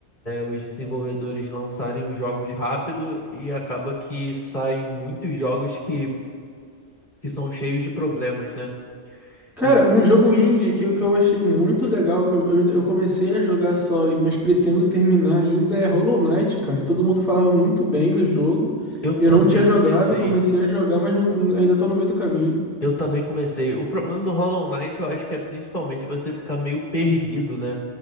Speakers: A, on the left; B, in the centre.
A: os desenvolvedores lançarem os jogos rápido e acaba que saem muitos jogos que, que são cheios de problemas, né?
B: Cara,
A: Em-
B: um jogo indie que, eu- que eu achei muito legal, que eu, eu, ainda- eu comecei a jogar só, e- mas pretendo terminar ainda, é Hollow Knight, cara. Todo mundo falava muito bem do jogo.
A: eu também
B: Eu não tinha jogado,
A: comecei.
B: comecei a jogar, mas não, ainda tô no meio do caminho.
A: Eu também comecei. O problema do Hollow Knight, eu acho que é principalmente você ficar meio perdido, né?